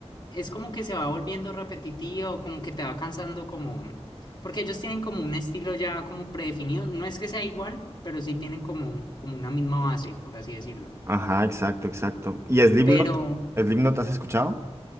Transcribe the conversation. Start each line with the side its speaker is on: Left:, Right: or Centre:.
Left: Es como que se va volviendo repetitivo, como que te va cansando como... Porque ellos tienen como un estilo ya como predefinido. No es que sea igual, pero sí tienen como, como una misma base, por así decirlo.
Right: Ajá, exacto, exacto. ¿Y Slipknot?
Left: Pero...
Right: ¿Slipknot has escuchado?